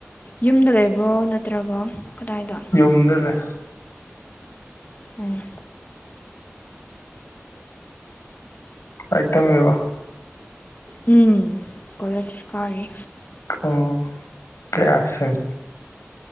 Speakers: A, on the left (about 40°); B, on the left (about 80°).
A: ꯌꯨꯝꯗ ꯂꯩꯕ꯭ꯔꯣ ꯅꯠꯇ꯭ꯔꯒ ꯀꯗꯥꯏꯗ
B: ꯌꯨꯝꯗ ꯂꯩ
A: ꯎꯝ
B: ꯂꯥꯏꯔꯤꯛ ꯇꯝꯃꯤꯕ
A: ꯎꯝ ꯀꯣꯂꯦꯖ ꯀꯥꯔꯤ
B: ꯑꯣ ꯀꯌꯥ ꯁꯦꯝ